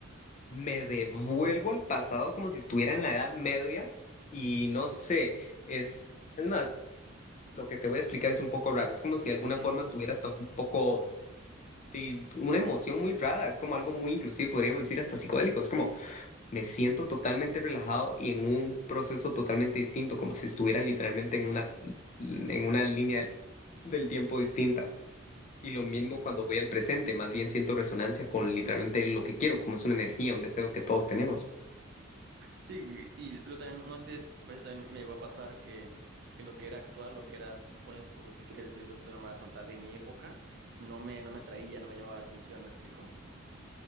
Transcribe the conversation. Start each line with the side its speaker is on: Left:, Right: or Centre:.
Left: me devuelvo al pasado como si estuviera en la Edad Media y no sé, es, es más, lo que te voy a explicar es un poco raro, es como si de alguna
Right: dime.
Left: forma estuviera hasta un poco de una emoción muy rara, es como algo muy inclusive, podríamos decir, hasta psicodélico, es como me siento totalmente relajado y en un proceso totalmente distinto, como si estuviera literalmente en una, en una línea del tiempo distinta. Y lo mismo cuando voy al presente, más bien siento resonancia con literalmente lo que quiero, como es una energía, un deseo que todos tenemos.
Right: Sí, y lo también, no sé, a veces también me llegó a pasar que, que lo que era actual, lo que era, ponle tú, si quieres decirlo de una manera tonta, de mi época, no me, no me atraía, no me llamaba la atención, ¿me explico?